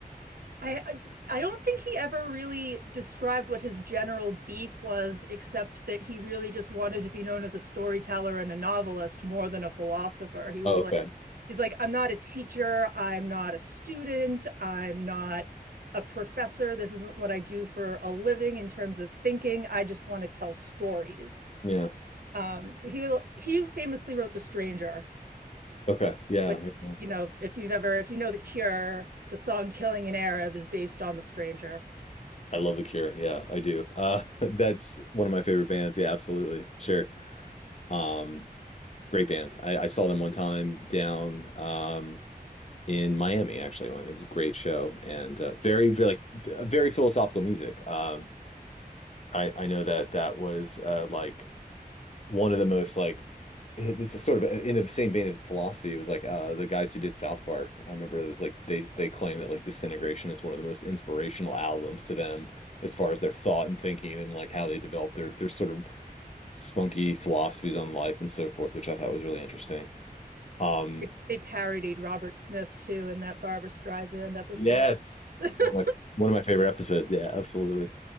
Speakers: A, on the right (about 65°); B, on the left (about 45°).
A: I, I I don't think he ever really described what his general beef was, except that he really just wanted to be known as a storyteller and a novelist more than a philosopher. He was
B: Oh, okay.
A: like He's like, I'm not a teacher. I'm not a student. I'm not a professor. This isn't what I do for a living in terms of thinking. I just want to tell stories.
B: Yeah.
A: Um, so he he famously wrote The Stranger,
B: Okay. Yeah.
A: which,
B: yeah.
A: you know, if you've ever, if you know The Cure, the song Killing an Arab is based on The Stranger.
B: I love The Cure. Yeah, I do. Uh, <laughs> that's one of my favorite bands. Yeah, absolutely. Sure. Um, Great band. I, I saw them one time down um, in Miami, actually. One, it was a great show and uh, very, very like very philosophical music. Um, I I know that that was uh, like one of the most like eh, this is sort of uh, in the same vein as philosophy. It was like uh, the guys who did South Park. I remember it was like they they claim that like Disintegration is one of the most inspirational albums to them as far as their thought and thinking and like how they develop their their sort of spunky philosophies on life and so forth, which I thought was really interesting. Um,
A: They they parodied Robert Smith too in that Barbra Streisand episode.
B: Yes.
A: <laughs>
B: It's like one of my favorite episodes. Yeah, absolutely.